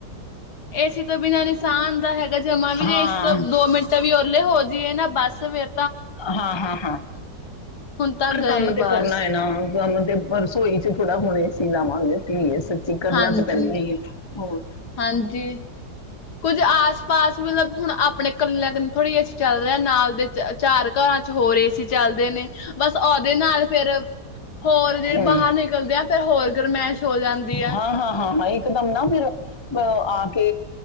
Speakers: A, on the left; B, on the left.
A: ਏ ਸੀ ਤੋਂ ਬਿਨਾਂ ਨੀ ਸਾਹ ਆਂਦਾ ਹੈਗਾ ਜਮਾਂ ਵੀੇ
B: ਹਾਂ
A: ਏ ਸੀ ਤੋਂ ਦੋ ਮਿੰਟ ਵੀ ਵਿਹਲੇ ਹੋ ਜਾਈਏ ਨਾ ਬੱਸ ਫਿਰ
B: ਹਾਂ, ਹਾਂ, ਹਾਂ
A: ਹੁਣ ਤਾਂ
B: ਪਰ
A: ਗਏ
B: ਕੰਮ ਤੇ
A: ਬਸ
B: ਕਰਨਾ ਹੈ ਨਾ ਕੰਮ ਤੇ ਰਸੋਈ <inaudible> ਸੱਚੀ ਕਰਨਾ
A: ਹਾਂਜੀ
B: ਤਾਂ ਪੈਂਦਾ ਹੀ ਹੋਰ
A: ਹਾਂਜੀ ਕੁੱਝ ਆਸ ਪਾਸ ਮਤਲਬ ਹੁਣ ਆਪਣੇ ਕੱਲਿਆਂ ਥੋੜ੍ਹੀ ਜਿ ਚੱਲ ਰਿਹਾ ਨਾਲ ਦੇ ਚਾਰ ਘਰਾਂ ਚ ਹੋ ਰਹੇ ਸੀ ਚੱਲਦੇ ਨੇ ਬਸ ਉਹਦੇ ਨਾਲ ਫੇਰ ਹੋਰ ਜਿਹੜੇ
B: ਹਮ,
A: ਬਾਹਰ ਨਿਕਲਦੇ ਆ ਫਿਰ ਹੋਰ ਗਰਮਾਇਸ਼ ਹੋ ਜਾਂਦੀ ਆ
B: ਹਾਂ ਹਾਂ ਹਾਂ ਇਕ ਦਮ ਨਾ ਫਿਰ ਅ ਆ ਕੇ